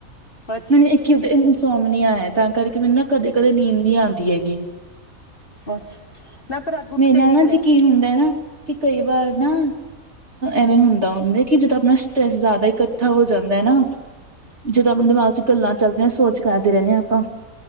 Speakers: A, on the left; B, on the right.
A: ਅੱਛਾ
B: ਮੈਨੂੰ ਇੱਕ ਹੀ <unintelligible> ਨੀ ਆਇਆ ਤਾਂ ਕਰਕੇ ਮੈਨੂੰ ਨਾ ਕਦੇ-ਕਦੇ ਨੀਂਦ ਨਹੀਂ ਆਉਂਦੀ ਹੈਗੀ
A: ਅੱਛਾ ਨਾ ਪਰ ਅੱਜ ਉੱਠ
B: ਮੇਰੇ
A: ਕੇ
B: ਨਾਲ
A: ਕੀ
B: ਨਾ
A: ਕਰਿਆ
B: <unintelligible> ਹੁੰਦਾ ਨਾ ਕਿ ਕਈ ਵਾਰ ਨਾ ਐਵੇਂ ਹੁੰਦ ਹੁੰਦਾ ਕਿ ਜਿਦਾਂ ਆਪਣਾ ਸਟਰੈਸ ਜ਼ਿਆਦਾ ਇਕੱਠਾ ਹੋ ਜਾਂਦਾ ਹੈ ਨਾ ਜਦੋਂ ਆਪਣੇ ਦਿਮਾਗ ਚ' ਗੱਲਾਂ ਚੱਲਦੀਆਂ ਸੋਚ ਕਰਦੇ ਰਹਿੰਦੇ ਹਾਂ ਆਪਾਂ